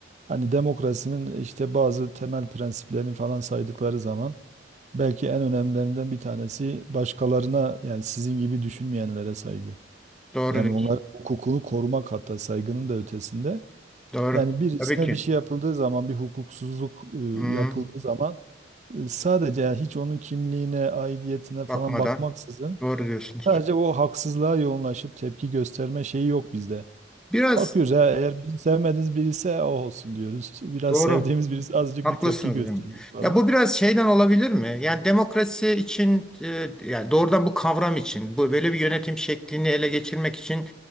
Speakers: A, on the right; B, in the centre.
A: Hani demokrasinin işte bazı temel prensiplerini falan saydıkları zaman belki en önemlilerinden bir tanesi başkalarına yani sizin gibi düşünmeyenlere saygı.
B: doğru
A: Yani
B: diyorsun.
A: onların hukukunu korumak hatta saygının da ötesinde.
B: Doğru.
A: Yani birisine
B: Tabii ki.
A: bir şey yapıldığı zaman bir hukuksuzluk
B: Hmm,
A: e, yapıldığı zaman e, sadece yani hiç onun kimliğine, aidiyetine falan
B: bakmadan.
A: bakmaksızın
B: Doğru diyorsunuz.
A: sadece o haksızlığa yoğunlaşıp tepki gösterme şeyi yok bizde.
B: Biraz
A: Bakıyoruz ha, eğer bizim sevmediğimiz biri ise o olsun diyoruz. Biraz
B: doğru.
A: sevdiğimiz birisi azıcık
B: Haklısınız
A: bir tepki gösteriyoruz
B: hocam.
A: falan.
B: Ya bu biraz şeyden olabilir mi? Yani demokrasi için e, yani doğrudan bu kavram için bu böyle bir yönetim şeklini ele geçirmek için